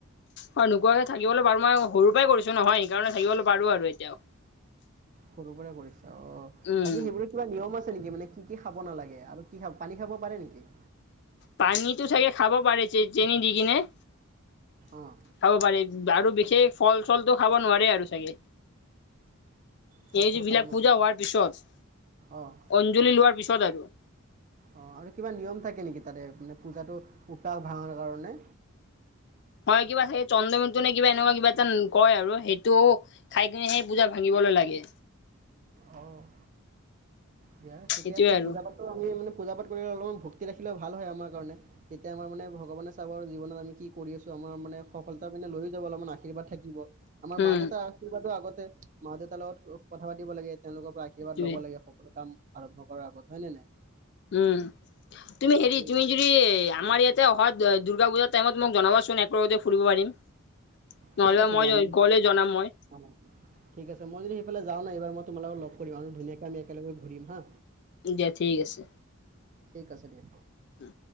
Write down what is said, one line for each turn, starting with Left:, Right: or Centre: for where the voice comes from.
Left: হয়। নোখোৱাকে থাকলৈ পাৰো, মই সৰুৰ পৰাই কৰিছো নহয় সেইকাৰণে থাকিবলৈ পাৰো আৰু এতিয়াও।
Right: সৰুৰ পৰাই কৰিছা অ',
Left: উম
Right: বাকী সেইবো কিবা নিয়ম আছে নেকি মানে কি কি খাব নালাগে আৰু কি খাব পানী খাব পাৰে নেকি?
Left: পানীটো চাগে খাব পাৰে চে চেনি দি কিনে।
Right: অঁ
Left: খাব পাৰি, আৰু বিশেষ ফল চলটো খাব নোৱাৰে আৰু চাগে।
Right: ফল
Left: এই
Right: চল
Left: যে
Right: খাব
Left: বিলাক
Right: নোৱাৰে
Left: পূজা হোৱাৰ পিছত
Right: অঁ
Left: অঞ্জলি লোৱাৰ পিছত আৰু
Right: অঁ আৰু কিবা নিয়ম থাকে নেকি তাতে মানে পূজাটো উপবাস ভাঙাৰ কাৰণে?
Left: মই কিবা সেই চন্দ্ৰ মিতু নে কিবা এনেকুৱা কিবা এটা কয় আৰু। সেইটো খাই কিনেহে পূজা ভাঙিবলৈ লাগে।
Right: অ'। দিয়া ঠিকে
Left: সেইটোয়ে
Right: আছে
Left: আৰু
Right: পূজাটো আমি মানে পূজা পাঠ কৰিলে অলপমান ভক্তি ৰাখিলে ভাল হয় আমাৰ কাৰণে। তেতিয়া আমাৰ মানে ভগৱানে চাব, আৰু জীৱনত আমি কি কৰি আছো আমাৰ মানে সফলতাৰ পিনে লৈয়ও যাব অলপমান আশীৰ্বাদ থাকিব। আমাৰ মা
Left: উম
Right: দেউতাৰ আশীৰ্বাদো আগতে মা দেউতাৰ লগত কথা পাতিব লাগে তেওঁলোকৰ পৰা আশীৰ্বাদ
Left: সেইটোৱে
Right: ল'ব লাগে। কিবা কাম আৰম্ভ কৰাৰ আগত হয় ন নাই?
Left: উম, তুমি
Right: তাকেই
Left: হেৰি তুমি যদি তুমি আমাৰ ইয়াতে অহা দ দুৰ্গা পুজাৰ টাইমত মোক জনাবাচোন একেলগতে ফুৰিব পাৰিম? নহ'লেবা
Right: ঠিক আছে
Left: মই
Right: দিয়া
Left: গ'লে জনাম মই
Right: আ ঠিক আছে মই যদি সেইফালে যাওঁ না এইবাৰ মই তোমালোকক লগ কৰিম আৰু ধুনীয়াকে আমি একেলগে ঘূৰিম হা'।
Left: দিয়া ঠিক আছে।
Right: ঠিক আছে দিয়া।
Left: উম